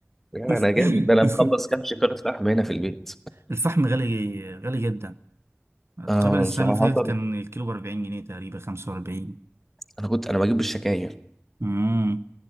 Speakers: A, in the centre; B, on the right.
A: يعني انا
B: <laughs>
A: جامد ده انا مخلص كام شكاره فحم هنا في البيت
B: الفحم غالي غالي جدا تقريبا
A: انا
B: السنة
A: صراحه
B: اللي فاتت كان الكيلو ب 40 جنيه تقريبا 45
A: انا كنت انا بجيب بالشكاير
B: امم